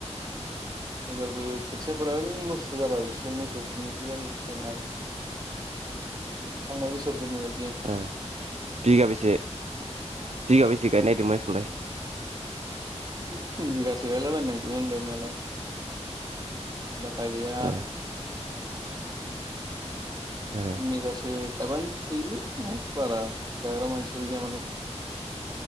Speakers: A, on the right; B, on the right.
A: एबारबो खोथियाफोरा ओरैनो लस। जालाजोबसिगोन मोसौफोरनिसो जाजोबसिगोन आइ थांनाय बोसोरफोरनि बायदि
B: ए बिगा बैसे बिगा बै? से गायनो नायदों माइखौलाइ
A: थिन बिगासो गायलाबायनो नागिरदोंमोन गायनायालाय बार गा गैया
B: ओ
A: <unintelligible>
B: ओ
A: थिन‌ बिगासो गायबानो थोयोलै नं'आव बारा जाग्रा मानसि गैया माने।